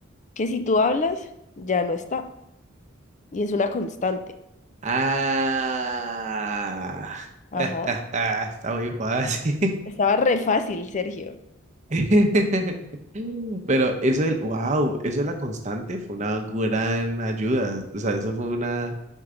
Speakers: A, on the left; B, on the right.
A: que si tú hablas, ya no está, y es una constante.
B: ah.
A: Ajá,
B: <laughs> Está muy fácil.
A: Estaba re fácil, Sergio.
B: <laughs> Pero eso del, wow, eso de la constante fue una gran ayuda. O sea, eso fue una,